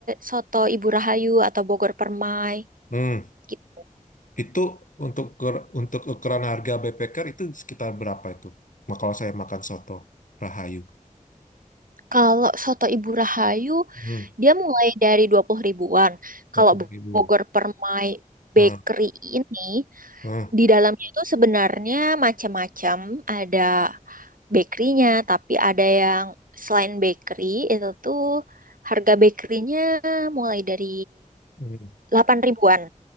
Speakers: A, on the right; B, on the left.
A: Soto Ibu Rahayu atau Bogor Permai?
B: hmm.
A: Gi-
B: Itu untuk ker- untuk ukuran harga backpacker itu sekitar berapa itu? Nah, kalau saya makan soto Rahayu.
A: Kalau Soto Ibu Rahayu,
B: Hmm,
A: dia mulai dari 20 ribuan.
B: dua
A: Kalau
B: puluh
A: Bo-
B: ribu.
A: Bogor Permai
B: Hmm,
A: Bakery ini,
B: hmm,
A: Di dalamnya itu sebenarnya macam-macam. Ada bakerynya, tapi ada yang selain bakery itu tuh harga bakerynya mulai dari
B: hmm.
A: 8 ribuan.